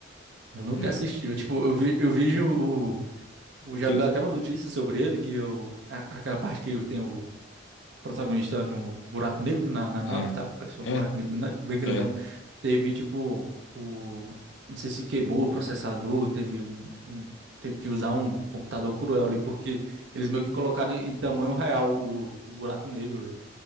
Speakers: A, on the right; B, on the left.
A: Eu nunca
B: É,
A: assisti. Eu, tipo, eu, vi, eu vejo o, o. Já
B: Eu-
A: vi até uma notícia sobre ele, que eu. a- aquela parte que tem o protagonista no buraco negro, na, na
B: É,
A: nave, tá? Parece
B: é,
A: um buraco negro bem bem grandão.
B: é,
A: Teve, tipo, o. Não sei se queimou o processador, teve um. um- teve que usar um computador cruel ali, porque eles meio que colocaram em, em tamanho real o, o buraco negro, velho.